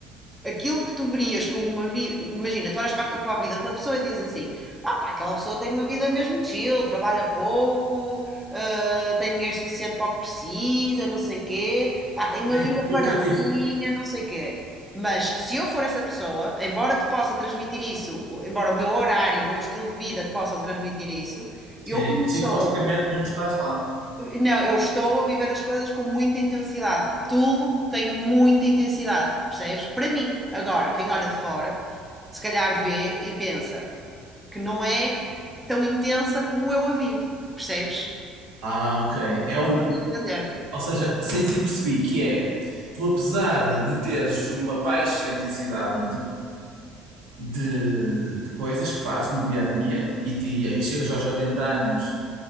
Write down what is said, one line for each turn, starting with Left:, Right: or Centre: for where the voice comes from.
Centre: aquilo que tu verias como uma vida. Imagina, tu olhas para a, para a vida de uma pessoa e dizes assim: ah pá, aquela pessoa tem uma vida mesmo chill, trabalha pouco, ah, tem dinheiro suficiente para o que precisa, não sei quê, pá, tem uma
Right: Tem
Centre: vida
Right: pouca
Centre: paradinha,
Right: atividade.
Centre: não sei quê. Mas se eu for essa pessoa, embora te possa transmitir isso, embora o meu horário, o meu estilo de vida te possam transmitir isso, eu
Right: Sim,
Centre: começou
Right: Psicologicamente não estás lá.
Centre: não, eu estou a viver as coisas com muita intensidade. Tudo tem muita intensidade, percebes? Para mim, agora, quem olha de fora, se calhar vê e pensa que não é tão intensa como eu a vivo, percebes?
Right: Ah, ok. É
Centre: Estou
Right: o,
Centre: a tentar entender.
Right: ou seja, sem se perceber que é, tu apesar de teres uma baixa intensidade de, de coisas que fazes no dia a dia e, te, e aí chegas aos 80 anos